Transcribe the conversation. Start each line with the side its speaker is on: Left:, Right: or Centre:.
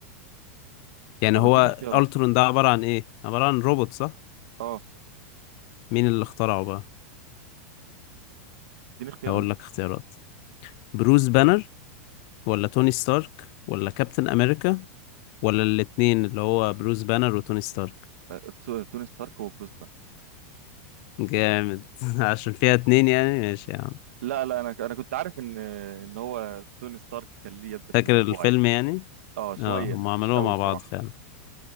Left: يعني
Right: طب
Left: هو
Right: اديني اختيارات
Left: الترون ده عبارة عن ايه عبارة عن روبوت صح
Right: اه
Left: مين اللي اخترعه بقى
Right: اديني اختيارات
Left: هقول لك اختيارات بروس بانر ولا توني ستارك ولا كابتن امريكا ولا الاتنين اللي هو بروس بانر وتوني ستارك
Right: آه، تو- توني ستارك وبروس بان
Left: جامد <laughs> عشان فيها اتنين يعني ماشي يا عم
Right: لا لا انا انا كنت عارف ان ان هو توني ستارك كان ليه يد في
Left: فاكر
Right: الموضوع
Left: الفيلم
Right: يعني
Left: يعني
Right: اه شويه
Left: اه هم عملوها
Right: مش قوي
Left: مع
Right: بصراحه
Left: بعض فعلا